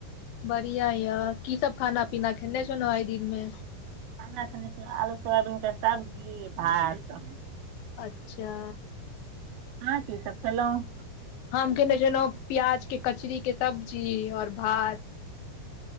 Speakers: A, on the left; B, on the right.
A: बढ़ियां य की सब खाना पीना खेने छलौ आइ दिन मे
B: खाना खेने छलौ आलू सुआबीन सब्जी भात
A: अच्छा
B: आहां की सब खेलऔं
A: हम केने छलहुँ प्याज के कचरीके सब्जी और भात